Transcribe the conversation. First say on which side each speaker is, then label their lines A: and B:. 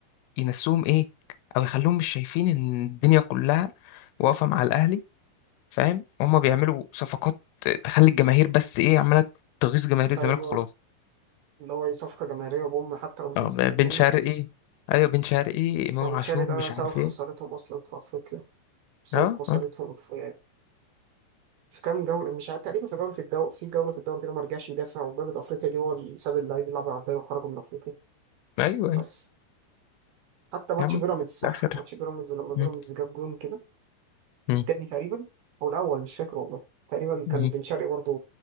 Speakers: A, on the left (about 80°); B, on the right (about 70°).
A: ينسوهم ايه او يخلوهم مش شايفين ان الدنيا كلها واقفه مع الاهلي فاهم هما بيعملوا صفقات تخلي الجماهير بس ايه عماله تغيظ جماهير الزمالك
B: ايوه
A: وخلاص
B: اللي هو إيه، صفقة جماهيرية بوم حتى لو مش
A: اه
B: هنستفيد
A: ب- بن
B: منه
A: شرقي
B: احنا
A: ايوه بن شرقي امام
B: هو بن
A: عاشور
B: شرقي ده
A: مش
B: سبب
A: عارف
B: خسارتهم
A: ايه
B: أصلا في أفريقيا سبب
A: اه
B: خسارتهم
A: اه
B: في في كام جولة مش عارف تقريبا في جولة الدوري في جولة في الدوري كده ما رجعش يدافع وجولة أفريقيا دي هو اللي ساب اللعيب يلعب عرضية وخرجوا من أفريقيا
A: ايوه
B: بس
A: ايوه
B: حتى ماتش
A: يا عم
B: بيراميدز
A: في
B: صح
A: الاخر
B: ماتش بيراميدز لما بيراميدز
A: مم،
B: جاب جون كده
A: مم،
B: التاني تقريبا هو الأول مش فاكر والله تقريبا كان
A: مم،
B: بن شرقي برضه